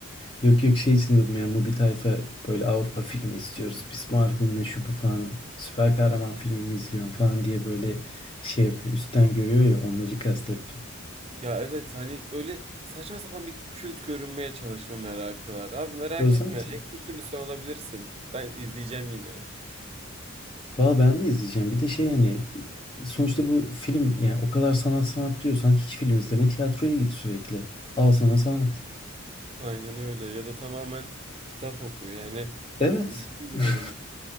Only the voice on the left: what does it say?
Yok yok şey için dedim ya Mubi tayfa böyle Avrupa filmi istiyoruz. Biz Marvel ne şu bu falan süper kahraman filmi mi izliyorsun falan diye böyle şey yapıyor. Üstten görüyor ya onları kastettim.
Özentilik.
Valla ben de izleyeceğim. Bir de şey hani sonuçta bu film yani o kadar sanat sanat diyorsan hiç film izleme tiyatroya git sürekli. Al sana sanat.
Evet.
<laughs>